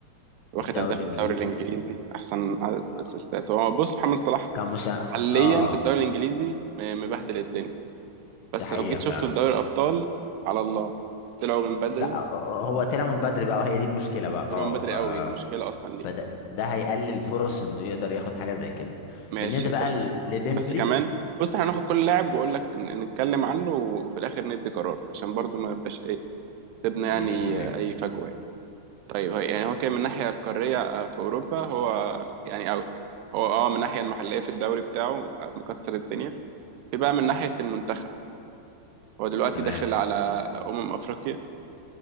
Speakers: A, on the right (about 80°); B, on the left (about 80°).
A: واخد
B: الدوري
A: هداف
B: الانجليزي
A: الدوري الانجليزي احسن عدد
B: آه،
A: اسيستات هو بص محمد صلاح
B: كمسا
A: حاليا
B: اه اه
A: في الدوري الانجليزي م- مبهدل الدنيا بس
B: دي حقيقة
A: لو جيت
B: فعلا
A: شفته في دوري الابطال على الله طلعوا من بدري
B: لا آه، آه، هو طلع من بدري بقى وهي دي المشكلة بقى
A: طلعوا
B: اه
A: من بدري
B: ف
A: قوي دي مشكله اصلا ليه
B: فده ده هيقلل فرص انه يقدر ياخد حاجة زي كده
A: ماشي
B: بالنسبة بقى
A: بس
B: ل- لديمبلي
A: بس كمان بص احنا هناخد كل لاعب واقول لك ن- نتكلم عنه وفي الاخر ندي قرار عشان برضو ما يبقاش ايه سيبنا يعني
B: مش تمام
A: آه، اي فجوه يعني. طيب هي يعني هو كان من الناحيه القاريه آه، في اوروبا هو يعني اوت هو اه من الناحيه المحليه في الدوري بتاعه آه، مكسر الدنيا في بقى من ناحيه المنتخب هو دلوقتي
B: تمام
A: داخل على امم افريقيا